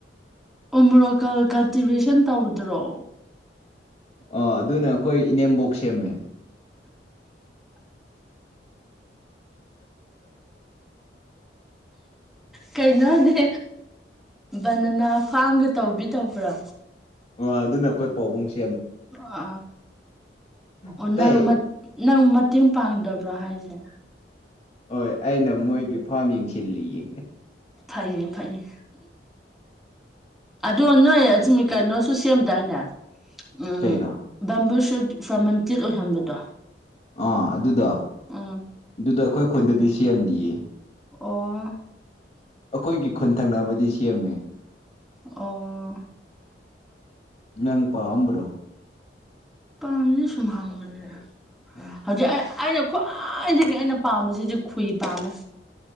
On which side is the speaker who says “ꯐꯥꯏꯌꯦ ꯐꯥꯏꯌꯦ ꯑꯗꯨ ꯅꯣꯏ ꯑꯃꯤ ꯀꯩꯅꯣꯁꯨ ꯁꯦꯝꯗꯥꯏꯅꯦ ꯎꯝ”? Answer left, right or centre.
Centre